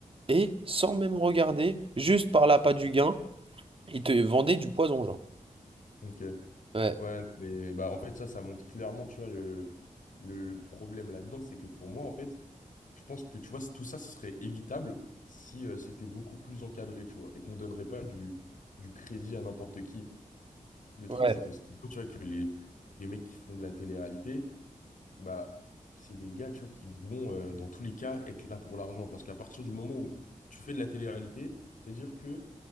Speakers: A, on the right (about 40°); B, on the left (about 75°).
A: et sans même regarder, juste par l'appât du gain, il te vendait du poison, genre.
B: ok.
A: Ouais.
B: Ouais, mais bah en fait ça, ça montre clairement, tu vois, le, le, le problème là-dedans, c'est que pour moi, en fait, je pense que tu vois, c- tout ça, ce serait évitable si euh, c'était beaucoup plus encadré, tu vois, et qu'on donnerait pas du, du crédit à n'importe qui. Le
A: Ouais.
B: truc, c'est qu'on sait bien, tu vois, que les, les mecs qui font de la télé-réalité, bah, c'est des gars, tu vois, qui vont, euh, dans tous les cas, être là pour l'argent. Parce qu'à partir du moment où tu fais de la télé-réalité, c'est-à-dire que